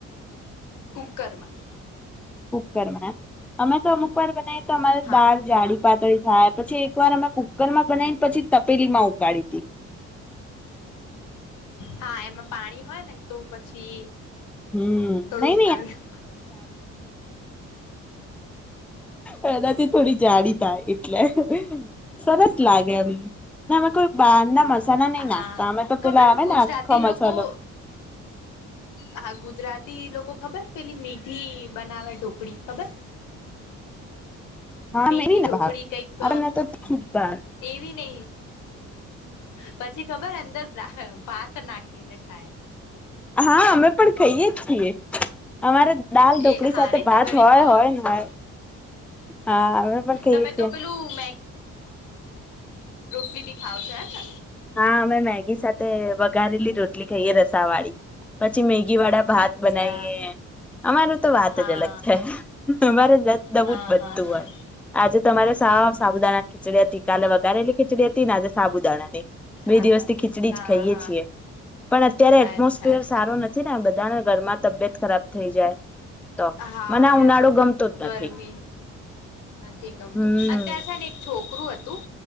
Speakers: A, on the left; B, in the centre.
A: કુકરમાં.
B: કુકરમાં અમે તો અમુકવાર બનાઇએ તો અમારે
A: હા
B: દાર જાડી પાતળી થાય પછી એક વાર અમે કુકરમાં બનાઈને પછી તપેલીમાં ઉકાળી હતી.
A: હા એમા પાણી હોય ને તો પછી
B: હમ
A: થોડું
B: નઈ
A: ઉકાળવું પળે.
B: એ એનાથી થોડી જાડી થાય એટલે. સરસ લાગે એમ અમે કોઈ બાર ના મસાલા નઈ નાખતા
A: હા
B: અમે તો પેલા
A: ખબર
B: આવે
A: ગુજરાતી
B: ને આખો મસાલો
A: લોકો હા, ગુજરાતી લોકો ખબર પેલી મીઠી બનાવે ઢોકળી ખબર?
B: હા
A: મીઠી
B: મેવી
A: ઢોકળી
B: ને બહાર
A: કઈક
B: આપને તો જ બહાર
A: એવી નય પછી ખબર અંદર ભાત નાખીને ખાય.
B: હા, અમે પણ ખઈએ છીએ અમારે દાલ ઢોકળી
A: એ હા
B: સાથે
A: નહી
B: ભાત
A: તમે બી
B: હોય
A: ખાઓ
B: હોય
A: જ
B: ને
A: છો
B: હોય, હા અમે પણ ખઈએ
A: તમે
B: છીએ.
A: તો પેલું ટલી બી ખાવ છો હેને.
B: હા, અમે મેગી સાથે વઘારેલી રોટલી ખાઈએે રસા વાળી. પછી મેગી વાળા ભાત
A: અચ્છા
B: બનાઈએ. અમારે તો વાત
A: હા
B: જ અલગ છે. તમારે દ નવું
A: હા
B: જ બનતું
A: હા હા
B: હોય આજે તમારે સા સાબુદાણાની ખીચડી હતી, કાલે વઘારેલી ખીચડી હતી ને આજે સાબુદાણા ની. બે
A: હા
B: દિવસથી ખીચડી
A: હા
B: જ ખાઈએ
A: હા
B: છીએ પણ અત્યારે
A: અચ્છા
B: એટમોસફિયર
A: અચ્છા
B: સારો નથી ને બ ધા ને ઘર માં તબિયત ખરાબ થઈ જાય. તો
A: હા
B: મને આ
A: યાર
B: ઉનાળો ગમતો જ
A: ગરમી
B: નથી
A: નથી ગમતું
B: હમ
A: અત્યારે છે ને એક છોક કરું હતું